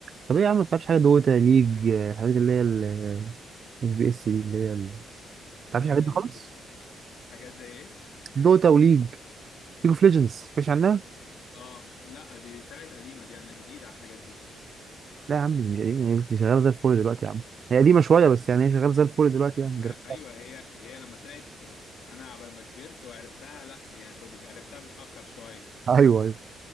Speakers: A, on the right; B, on the left.
A: طب ايه يا عم ما بتلعبش حاجه دوتا ليج آه، الحاجات اللي هي ال اف بي اس دي اللي هي ال- ما بتلعبش
B: آه
A: الحاجات دي
B: الب-
A: خالص
B: حاجات زي ايه؟
A: دوتا وليج ليج اوف ليجندز مش عنها
B: اه لا دي طلعت قديمة دي انا جديد على الحاجات دي
A: لا يا عم مش قديمة هي كنت شغالة زي الفل دلوقتي يا عم هي قديمة شوية بس يعني هي شغالة زي الفل دلوقتي يعني
B: ما
A: جر-
B: ايوه هي هي لما طلعت ك... انا عبال ما كبرت وعرفتها لا يعني كنت عرفتها متأخر شوية
A: ايوه ايوه